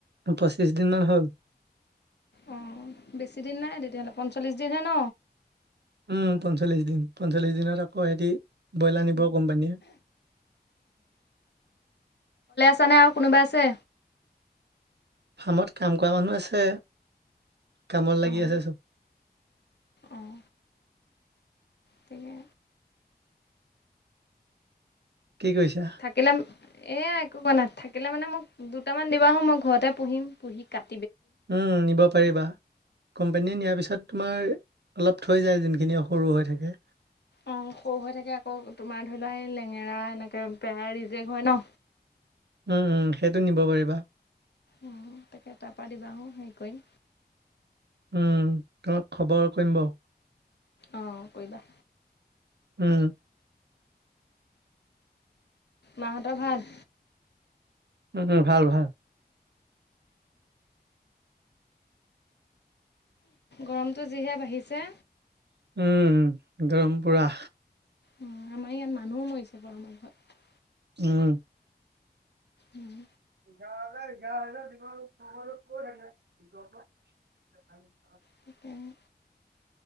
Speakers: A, on the right; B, on the left.
A: পঁচিশ দিন মান হ'ল।
B: অ বেছি দিন নাই তেতিয়াহ'লে পঞ্চল্লিশ দিনহে ন।
A: উম পঞ্চল্লিশ দিন পঞ্চল্লিছ দিনত। আকৌ সেইতি ব্ৰইলাৰ নিব কোম্পানী যে।
B: নাই আৰু কোনোবা আছে।
A: ফাৰ্মত কাম কৰা মানুহ আছে। কামত লাগি
B: অঁ
A: আছে চব।
B: অঁ তাকে।
A: কি কৰিছা
B: থাকিলে এয়া একো কোৱা নাই থাকিল। তাকিলে মানে মোক দুটামান দিবা মই ঘৰতে পুহিম পুহি কাট।
A: উম নিব পাৰিবা কোম্পানীয়ে নিয়াৰ পিছত তোমাৰ অলপ থৈ যায় যোনখিনি সৰু হৈ থাকে।
B: অ সৰু হৈ থাকে আকৌ তোমাৰ ধৰি লোৱা এই লেঙেৰা এনেকে পেৰা ৰিজেক হয় ন।
A: উম উম সেইটো নিব পাৰিবা।
B: উ তাকে তাৰ পৰাা দিবা আহো হেৰি কৰিম।
A: উম, তোমাক খবৰ কৰিম বাৰু।
B: অ কৰিবা।
A: উম।
B: মাহঁতৰ ভাল।
A: উম উম ভাল ভাল। <unintelligible>
B: গৰমটো যিহে বাঢ়িছে।
A: উম গৰমপুৰা।
B: অ আমাৰ ইয়াত মানুহ মৰিছে বৰমু ঘত।
A: উম।
B: উম।
A: ঘঘ ন' ন।
B: তেতিয়া।